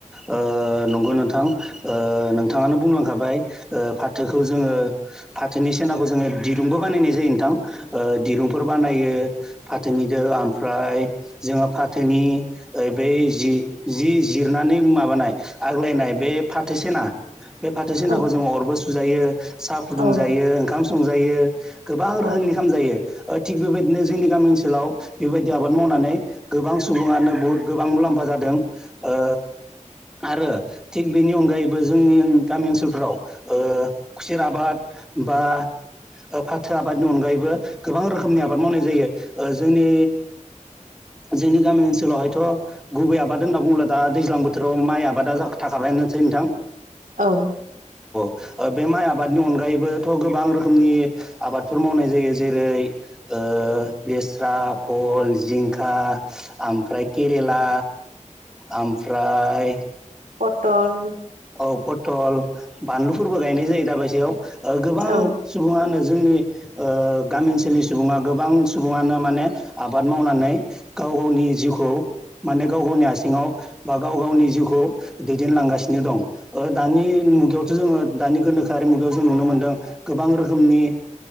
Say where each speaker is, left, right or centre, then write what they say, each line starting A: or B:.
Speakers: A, in the centre; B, on the right.
A: ओ नंगौ नोंथां ओ नों थाङानो बुंलांखाबाय फाथोखौ जोङो फाथोनि सेनाखौ जोङो दिरुंबो बानायनाय जायो नोंथां ओ दिरुंफोर बानायो फाथोनिजों ओमफ्राय जोङो फाथोनि बै जि जि जिरनानै माबानाय आग्लायनाय बे फाथो सेना बे फाथो सेनाखौ
B: औ
A: जोङो अरबो सुजायो साहा फुदुं
B: औ
A: जायो ओंखाम संजायो गोबां
B: औ
A: रोहोमनि खाम जायो। थिग बेबायदिनो जोंनि गामि ओनसोलाव बेबायदि आबाद मावनानै गोबां सुबुङानो बुहुद गोबां मुला म्फा जादों ओ आरो थिग बेनि अनगायैबो जोंनि गामि ओनसोलफ्राव ओ खुसेर आबाद बा ओ फाथो आबादनि अनगायैबो गोबां रोखोमनि आबाद मावनाय जायो जोंनि जोंनि गामि ओनसोलावहायथ' गुबै आबाद होनना बुंब्ला दा दैज्लां बोथोराव माइ आबादा जाग थाखाबायानोसै नोंथां
B: औ
A: ओ बे माइ आबादनि अनगायैबोथ' गोबां रोखोमनि आबादफोर मावनाय जायो जेरै ओ लेस्रा भल जिंखा ओमफ्राय केरेला ओमफ्राय
B: पटल
A: औ पथल बानलुफोरबो गायनाय जायो दा बायसायाव गोबां
B: औ
A: सुबुङानो जोंनि ओगामि ओनसोलनि सुबुङा गोबां सुबुङानो माने आबाद मावनानै गाव गावनि जिउखौ माने गाव गावनि आसिङाव बा गाव गावनि जिउखौ दैदेनलांगासिनो दं ओ दानि मुगायावथ' जोङो दानि गोनोखोआरि मुगायाव जों नुनो मोनदों गोबां रोखोमनि